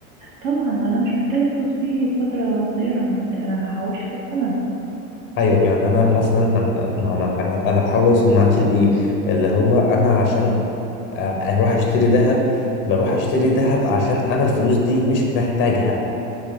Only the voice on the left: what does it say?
أيوة يعني أنا مثلا أنا ما أنا أنا أنا بحاول أوصل معاك لإيه اللي هو أنا عشان آه، أروح أشتري ذهب بروح أشتري ذهب عشان أنا الفلوس دي مش محتاجها